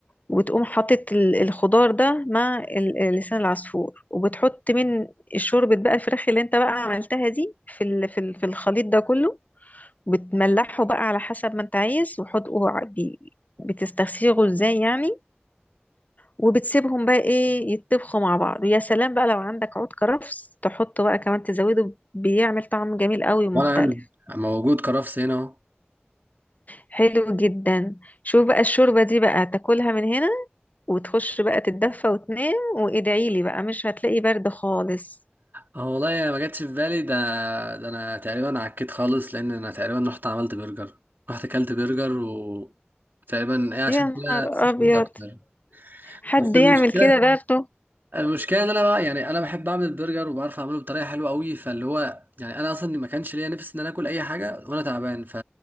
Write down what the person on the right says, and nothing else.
وأنا أنا موجود كرفس هنا أهو
اه والله ما جاتش في بالي ده ده أنا تقريبا عكيت خالص لأن أنا تقريبا رحت عملت برجر رحت أكلت برجر و تقريبا إيه عشان
كده سخنت
أكتر
بس المشكلة
المشكله ان انا بقى يعني انا بحب اعمل البرجر وبعرف اعمله بطريقه حلوه قوي فاللي هو يعني انا اصلا ما كانش ليا نفس ان انا اكل اي حاجه وانا تعبان ف...